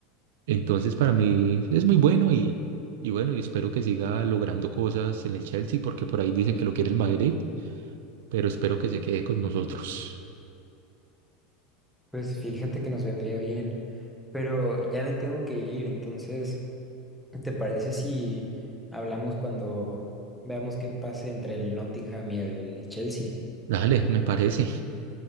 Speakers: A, on the right; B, in the centre.
A: Entonces, para mí es muy bueno y, y bueno, y espero que siga logrando cosas en el Chelsea, porque por ahí dicen que lo quiere el Madrid, pero espero que se quede con nosotros.
B: Pues fíjate que nos vendría bien. Pero ya me tengo que ir, entonces, ¿te parece si hablamos cuando veamos qué pase entre el Nottingham y el Chelsea?
A: Dale, me parece.